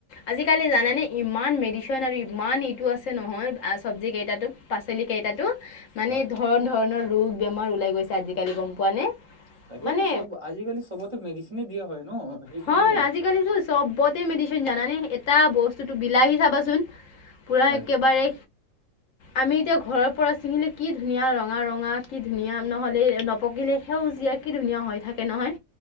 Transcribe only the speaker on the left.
আজিকালি জানোনে?
ইমান মেডিচিন আৰু ইমান আছে নহয় আহ চব্জি কেইটাতো পাচলি কেইটা তো মানে
ধৰন-ধৰণৰ ৰোগ বেমাৰ ওলাই গৈছে আজিকালি গম পোৱা নে?
মানে
হয়, আজিকালি চবতে মেডিচিন ইনজেকচন জানানে এটা বস্তুতটো বিলাহী চাবাচোন পুৰা
একেবাৰে আমি এতিয়া ঘৰৰ পৰা চিঙিলো কি ধুনীয়া ৰঙা ৰঙা কি ধুনীয়া নহ'লে নপকিলে সেউজীয়া কি ধুনীয়া হৈ থাকে নহয়।